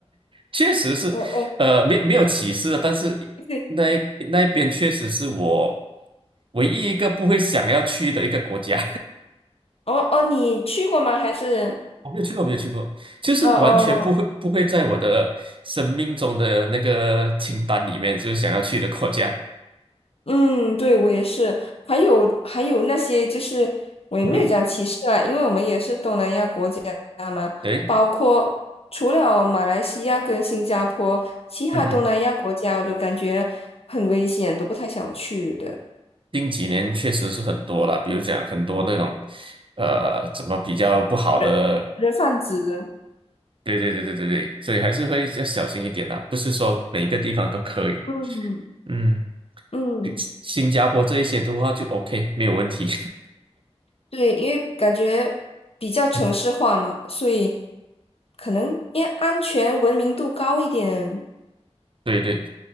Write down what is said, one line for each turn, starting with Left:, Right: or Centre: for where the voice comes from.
Right: 确实是，
Left: 嗯嗯，
Right: 呃，没没有歧视的，但是
Left: <laughs> 对。
Right: 那一那一边确实是我唯一一个不会想要去的一个国家。
Left: 哦哦，你去过吗？还是
Right: 我没有去过，没有去过，就是完全不会不会在我的生命中的那个清单里面，
Left: 哦哦
Right: 就是想要去的国家。
Left: 嗯，对我也是。还有还有那些就是我也没有讲歧视啦，
Right: 嗯哼，
Left: 因为我们也是东南亚国家嘛，
Right: 对，
Left: 包括除了马来西亚跟新加坡，其他东南亚国家我都感觉很危险，
Right: 嗯哼，
Left: 都不太想去的。
Right: 近几年确实是很多了，比如讲很多那种，呃，怎么比较不好的，
Left: 人人贩子，
Right: 对对对对对对，所以还是会要小心一点啦，不是说每一个地方都可以。
Left: 嗯
Right: 嗯，
Left: 嗯，
Right: 比新加坡这一些的话就 OK，没有问题。
Left: 对，因为感觉比较城市化嘛，
Right: <laughs>
Left: 所以可能因为安全文明度高一点。
Right: 对对，